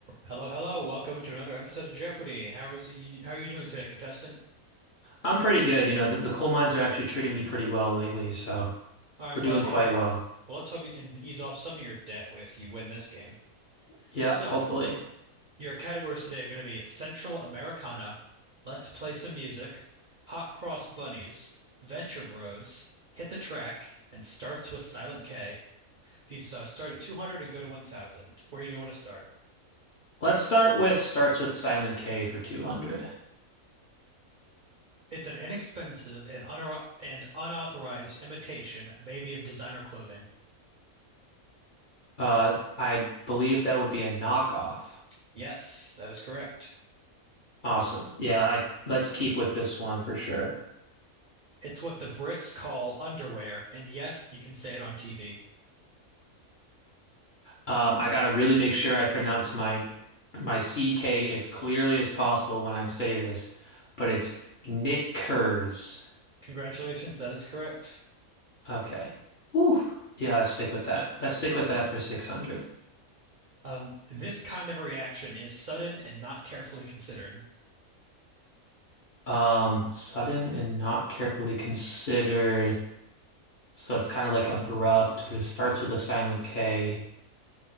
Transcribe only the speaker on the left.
I'm pretty good. You know, the, the coal mines are actually treating me pretty well lately, so
we're
doing
quite
well.
Yeah,
hopefully.
Let's start with starts with Silent K for 200.
Uh, I believe that would be a knockoff.
Awesome. Yeah, I let's keep with this one for sure.
Um, I gotta really make sure I pronounce my my CK as clearly as possible when I say this, but it's Knickers.
Okay. Ooh. Yeah, let's stick with that. Let's stick with that for 600.
Um, sudden and not carefully considered. So it's kind of like abrupt, but it starts with a silent K.